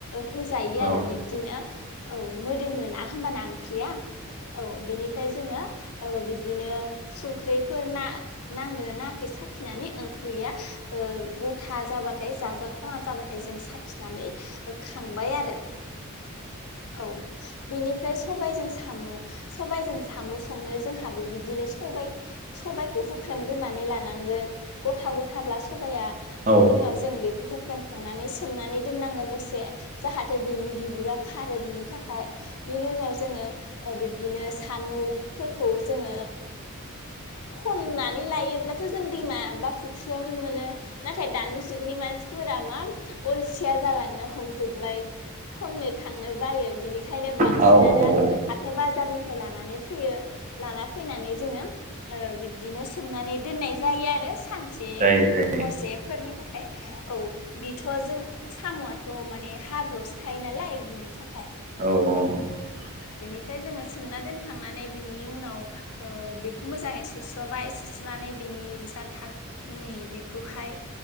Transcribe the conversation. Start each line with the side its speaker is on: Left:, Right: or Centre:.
Left: होयो
Right: औ
Left: आरो बिदिनो औ मो होनोना होमबाना ओंख्रिआ औ बेनिफ्राय जोङो औ बि बिदिनो संख्रिफोर ना नांदोंना नाङाखै साखिनानै ओंख्रिया ओ गथा जाबाथाय जाजाथाव थावना जाबाथाय जों साखिनानै खांबाय आरो औ बिनिफ्राय सबायजों साम' सबायजों साम' संनो जोंहाबो बिदिनो सबाइ सबायखौ हुख्रेमग्रोनानै लानांगोन गथा गथाब्ला सबाइया
Right: औ
Left: बिनि उनाव जों बेखौ हुख्रेमखांनानै सोमनानै दोननांगोन दसे जाहाथे बेनि बिगुरा खारो बिनि थाखाय बिनि उनाव जोङो बिब्दिनो साम'फोरखौ जोङो खननानै लायोब्लाथ' जों दैमा बा फुख्रियावनो मोनो नाथाय दानि जुगनि मानसि फोरा मा अलसिया जालांनो हमजोबबाय खननो थांनो बायो बिनिखायनो बांसिनानो
Right: औ औ
Left: हाथाय बाजारनि फाय लानानै फैयो लाना फैनानै जोङो ओ बिब्दिनो सोमनानै दोननाय जायो आरो सानसे
Right: जायो जायो
Left: हरसेफोरनि थाखाय थाखाय औ बिथ' जों साम'आथ' माने हाब्रुसो थायो नालाय बिनि थाखाय
Right: औ औ औ
Left: ओमफ्राय जोङो सोमना दोनखांनानै बिनि उनाव बेखौ मोजाङै सुस्रबाय सुस्रनानै बिनि जा थाग नै बेखौहाय